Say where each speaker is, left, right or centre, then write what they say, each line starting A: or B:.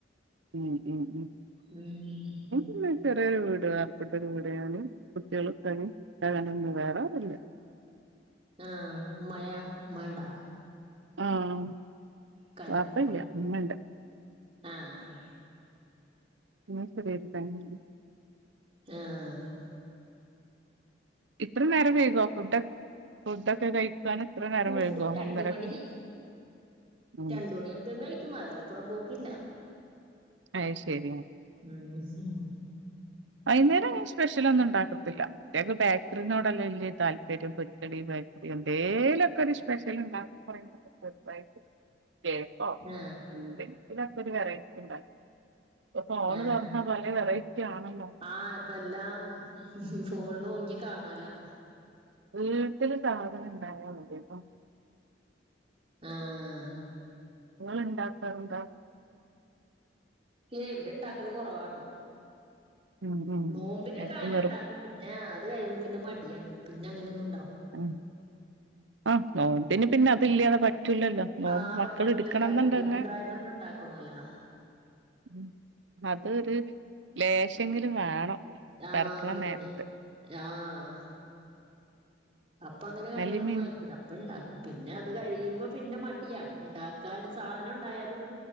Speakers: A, on the right (about 80°); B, on the right (about 30°).
A: ഉമ് ഉമ്
B: ഉം
A: ഉമ് <inaudible> ചെറിയൊരു വീട് പ്പെടട്ടൊരുകവിടെയാണ് കുട്ടികളും വേറെ ആരുവില്ല
B: ആഹ മഴ മണ്ടാ
A: ആഹ
B: ഇക്കാന്റെ
A: വാപ്പല്ല
B: ഉമ്മണ്ട്
A: ഇമ്മണ്ട്
B: ആഹ്
A: ഉ ശരിായിരു തങ് <unintelligible>
B: ആഹ
A: ഇത്ര നേരം വൈകോ ഫുഡ ഫുഡക്കെ കഴിക്കാൻ ഇത്ര നേരം
B: ഫുഡ്
A: വൈകോ
B: രണ്ട്
A: ഒന്നരക്ക്
B: മണി
A: ഉം
B: രണ്ടു മണിയവുമ്പോത്തിനു കഴിക്കും അതിന് അപ്പുറം പോക്കില്ല
A: അയ് ശരി
B: ഉം
A: വൈന്നാരം ഞാൻ സ്പെഷ്യല് ഒന്നും ഉണ്ടാക്കത്തില്ല അത്ത് ബേക്കറിനോട അല്ലെ വലിയ താല്പര്യം പൊ എന്തേലുമൊക്കെ ഒരു സ്പെഷ്യൽഉണ്ടാകുമ്പോ പറി കേക്കോ
B: ആഹ്
A: എന്തെങ്കിലൊക്കെ ഒരു വെറൈറ്റി ഉണ്ടാക്കും ഇപ്പൊ ഫോണ്
B: ആഹ
A: തുറന്ന പല വെറൈറ്റി ആണല്ലോ
B: ആഹ ഇപ്പ എല്ലാം ഫോണിൽ നോക്കിയാ കാണാലാ
A: വീട്ടില് സാധനം ഇണ്ടായാൽ മതി അപ്പ
B: ആഹ
A: നിങ്ങള് ഇണ്ടാക്കാറുണ്ടോ
B: എവിടെ ഉണ്ടാക്കല് കുറവാണ്
A: ഉം ഉം
B: നോമ്പിന്
A: എക്കും
B: ക്കങ്ങനെ
A: വെറും
B: ഉണ്ടാക്കും പിന്നെ കഴുമ്പോ പിന്നെ മടിയാണ് പിന്നെ അങ്ങെനൊന്നും
A: ഉ ആ നോമ്പിനു പിന്നെ അത് ഇല്ലാതെ പ പറ്റൂലല്ലോ
B: ആഹ്
A: മക്കൾ
B: പറ്റൂലല്ലോ
A: എടുക്കണന്നുണ്ടങ്കിൽ
B: നോമ്പിനുണ്ടായാലും നമ്മള് ഉണ്ടാക്കണോല്ലോ
A: ഉ അതൊരു ലേശെങ്കിലും വേണം
B: ആഹ
A: പെറക്കണ
B: അത് തന്നെ
A: നേരത്ത്
B: ആഹ അപ്പൊ അങ്ങനെ കടെന്നൊന്നും
A: നെല്ലിമീൻ
B: വങ്ങിക്കില്ല അപ്പ ഇണ്ടാ പിന്നെ അത് കഴിയുമ്പോ പിന്നെ മടിയാണ് ഉണ്ടാക്കാൻ സാധനം ഉണ്ടായാലും